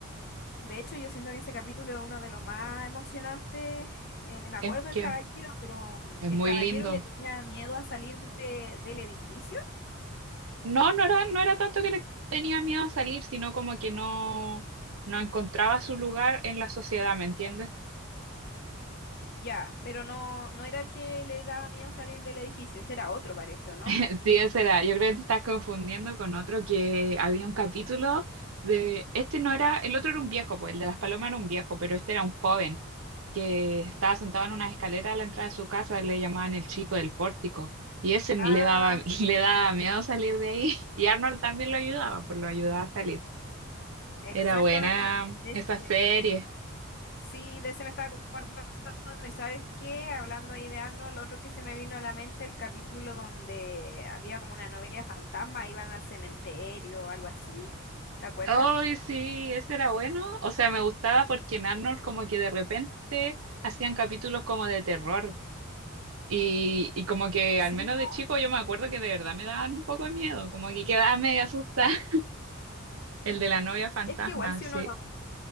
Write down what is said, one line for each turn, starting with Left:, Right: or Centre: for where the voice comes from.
Left: de hecho, yo siento que ese capítulo es uno de los más emocionantes. Eh, me acuerdo
Right: Es
Left: del
Right: que
Left: caballero, pero mm,
Right: es
Left: el
Right: muy
Left: caballero
Right: lindo.
Left: le tenía miedo a salir de- del edificio.
Right: No, no era, no era tanto que le tenía miedo a salir, sino como que no, no encontraba su lugar en la sociedad, ¿me entiendes?
Left: Ya, pero no, no era el que le daba miedo salir del edificio, ese era otro, parece, ¿o no?
Right: <laughs> Sí, ese era. Yo creo que te estás confundiendo con otro que había un capítulo de, este no era, el otro era un viejo, pues el de las palomas era un viejo, pero este era un joven que estaba sentado en una escalera a la entrada de su casa, le llamaban el chico del pórtico. Y ese le
Left: Ah,
Right: daba, <laughs>
Left: sí,
Right: le daba miedo salir de ahí. Y Arnold también lo ayudaba, pues lo ayudaba a salir.
Left: exactamente.
Right: Era buena
Left: de
Right: esa
Left: ese.
Right: serie.
Left: Sí, de ese me estaba acordando. ¿Y sabes qué? Hablando ahí de Arnold, lo otro que se me vino a la mente, el capítulo donde había como una novia fantasma, iban al cementerio o algo así. ¿Te acuerdas?
Right: Ay, sí, ese era bueno. O sea, me gustaba porque en Arnold como que de repente hacían capítulos como de terror. Y, y como que
Left: Sí,
Right: al menos
Left: po.
Right: de chico yo me acuerdo que de verdad me daban un poco de miedo, como que quedaba medio asustada. <laughs> El de la novia fantasma,
Left: es que igual si
Right: sí.
Left: uno lo,